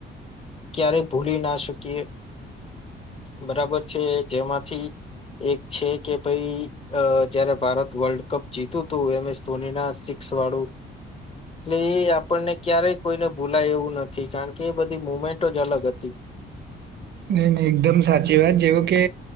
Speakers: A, on the left; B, on the right.
A: ક્યારે ભૂલી ના શકીએ બરાબર છે જેમાંથી એક છે કે ભઈ અ જ્યારે ભારત વર્લ્ડ કપ જીતું તું એમ એસ ધોની ના સિક્સ વાળું એટલે એ આપણને ક્યારેય કોઈને ભૂલાય એવું નથી કારણ કે એ બધી મુમેન્ટો જ અલગ હતી. <inaudible>
B: નહીં નહીં એકદમ સાચી વાત જેવું કે